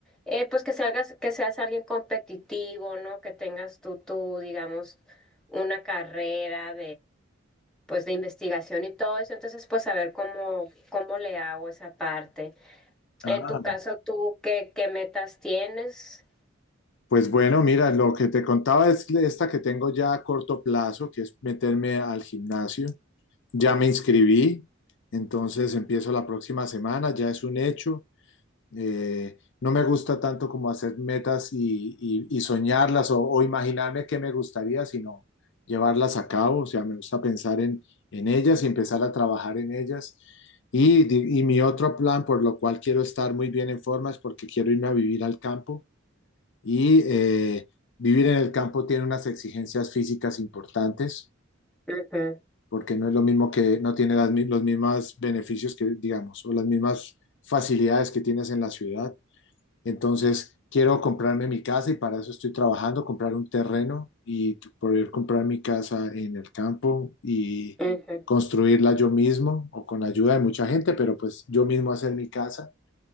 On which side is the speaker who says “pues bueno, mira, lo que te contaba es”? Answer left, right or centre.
Left